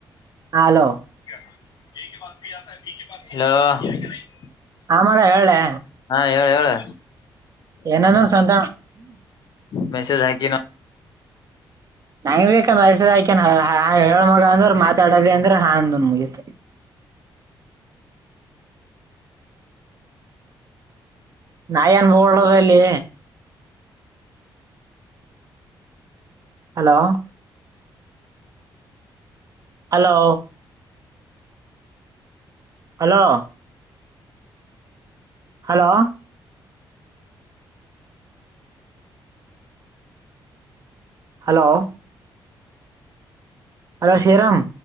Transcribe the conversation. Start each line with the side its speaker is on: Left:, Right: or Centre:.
Right: ಹಲೋ
Left: ಹಲೋ
Right: ಆ ಮಗ ಹೇಳೇ
Left: ಹೇಳ್ ಹೇಳ್
Right: ಏನದು ಸಂಘ
Left: ಮೆಸೇಜ್ ಹಾಕಿನಿ
Right: <unintelligible> ಹೇಳ ಮಗ ಅಂದ್ರ ಮಾತಾಡೋದ ಅಂದ್ರ ಹಾ ಮುಗಿತ್ತು ನಾನು ಏನು ಹೇಳೋದು ಎಲ್ಲಿ hello hello hello hello hello hello Shriram